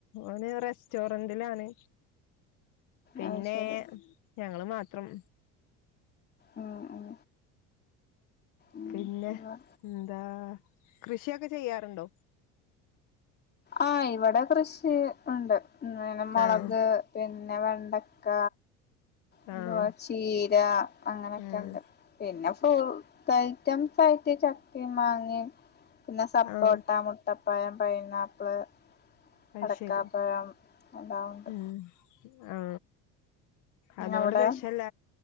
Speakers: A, on the left (about 65°); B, on the left (about 30°).
A: ഓന് റസ്റ്റോറന്റിലാണ് പിന്നെ
B: അത് ശരി
A: ഞങ്ങള് മാത്രം
B: ഉം ഉം
A: പിന്നെ
B: ഉം
A: എന്താ കൃഷിയൊക്കെ ചെയ്യാറുണ്ടോ
B: ആ, ഇവിടെ കൃഷി ഉണ്ട്, പിന്നെ മുളക്
A: ആഹ്
B: പിന്നെ വെണ്ട ചക്ക എന്തുവാ
A: ആഹ്
B: ചീര അങ്ങനെയൊക്കെ
A: ഉം
B: ഉണ്ട് പിന്നെ ഫ്രു കയറ്റം ആയിട്ട് ചക്കയും മാങ്ങയും പിന്നെ സപ്പോട്ട,
A: ആഹ്
B: മുട്ടപ്പായം പൈനാപ്പിള്
A: അ
B: അടക്കാപ്പഴം
A: ശരി
B: എല്ലാം ഉണ്ട്
A: ഉം ആ അതുകൊണ്ട്
B: അവിടെ
A: വിഷല്ല,